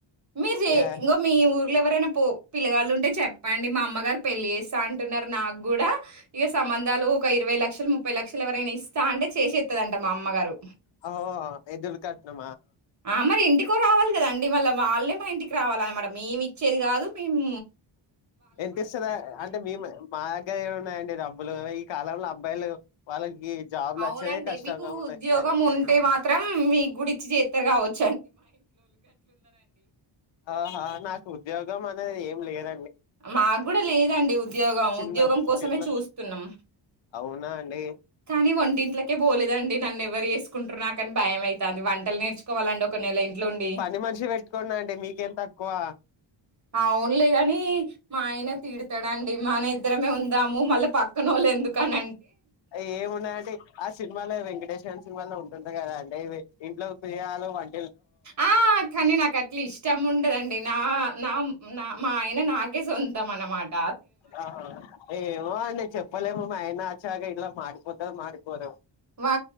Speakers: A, on the right; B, on the left.
A: మీరు చే
B: ఏ
A: ఇంగ మీ ఊర్లో ఎవరైనా పో పిల్లగాళ్ళు ఉంటే చెప్పండి మా అమ్మగారు పెళ్లి చేస్తా అంటున్నారు నాక్గూడా ఇక సంబంధాలు ఒక ఇరవై లక్షలు ముప్పై లక్షలు ఎవరైనా ఇస్తా అంటే చేషేత్తదంట మా అమ్మగారు
B: హో ఎదురు కట్నం
A: ఆ మరి ఇంటికి కో రావాలి కదండి మళ్ళా వాళ్ళే మా ఇంటికి రావాలన్నమాట మేమిచ్చేది కాదు మేమ్
B: ఎంతిస్తదా అంటే మీమా మా దగ్గర ఏమున్నాయండి డబ్బులు కాలంలో అబ్బాయిలు వాళ్ళకి జాబ్లు
A: అవునండి
B: వచ్చేదే కష్టంగా
A: మీకు
B: ఉన్నాయి
A: ఉద్యోగం
B: ఆయన
A: ఉంటే మాత్రం మీగూడిచ్చి చేత్తరు కావచ్చు
B: ఆహా నాకు ఉద్యోగమనే ఏం లేద
A: మాకు కూడా లేదండి ఉద్యోగం
B: చిన్న
A: ఉద్యోగం కోసమే
B: చిన్న
A: చూస్తున్నాం
B: అవునా అండి
A: కానీ వంటి <unintelligible> పోలేదండి నన్ను ఎవరు చేసుకుంటారు నాకు అని భయం అయింది దని వంటలు నేర్చుకోవాలండి ఒక నెల ఇంట్లో ఉండి
B: పని మనిషి పెట్టుకోండి అండి మీకేం తక్కువ
A: అవును లే గానీ మా ఆయన తీడతాడాండి మాన ఇద్దరమే ఉందాము మళ్ళీ పక్కన వాళ్ళు ఎందుకన
B: అవి ఏమున్నాయంటే ఆ సినిమాలో వెంకటేశ్ గాని సినిమాల్లో ఉంటుంది కదా అం అంటే ఇంట్లో ప్రియురాలు వం
A: ఆ కానీ నాకు అట్లా ఇష్టం ఉండదండి నా నా నా మా ఆయన నా కి సొంతమన మాట
B: ఆ ఏమో అండి చెప్పలేము మా ఆయనాచ్చాగా ఇలా మారిపోతో మారిపోరో
A: వా